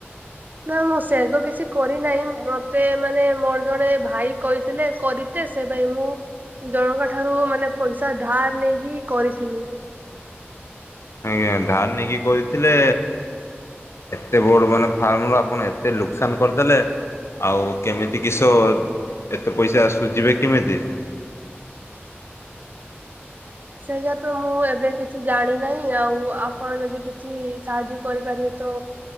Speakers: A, on the right (about 40°); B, on the left (about 85°).
A: ନା ମୁଁ ସେ ତ କିଛି କରିନାହିଁ ମତେ ମାନେ ମୋର ଜଣେ ଭାଇ କହିଥିଲେ କରି ତେ ସେ ପାଇଁ ମୁଁ ଜଣଙ୍କ ଠାରୁ ମାନେ ପଇସା ଧାର ନେଇକି କରିଥିଲି।
B: ଆଜ୍ଞା ଧାର ନେଇକି କରିଥିଲେ। ଏତେ ବଡ ମାନେ ଫାର୍ମରୁ ଆପଣ ଏତେ ଲୋକସାନ କରିଦେଲେ। ଆଉ କେମିତି କିଷ ଏତେ ପଇସା ଶୁଯିବେ କେମିତି?
A: ସେଇୟା ତ ମୁଁ ଏବେ କିଛି ଜାଣି ନାହିଁ ଆଉ ଆପଣ ଯଦି କିଛି ସାହାଯ୍ୟ କରିପାରିବେ? ତ